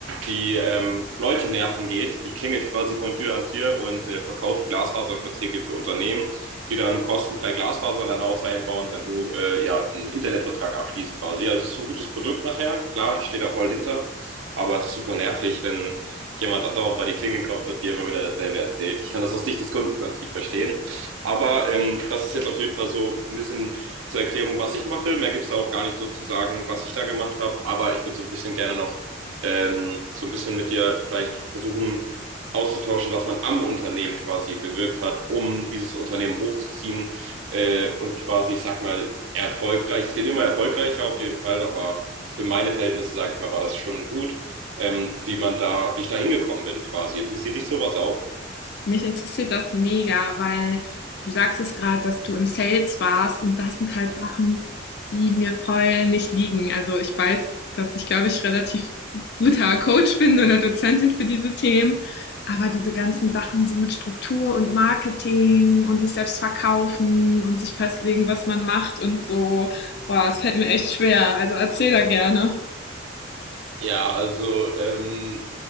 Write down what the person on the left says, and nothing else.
Mich interessiert das mega, weil du sagst es gerade, dass du im Sales warst und das sind halt Sachen, die mir voll nicht liegen. Also, ich weiß, dass ich, glaube ich, relativ guter Coach bin oder Dozentin für diese Themen, aber diese ganzen Sachen so mit Struktur und Marketing und sich selbst verkaufen und sich festlegen, was man macht und so, boah, es fällt mir echt schwer. Also, erzähl da gerne.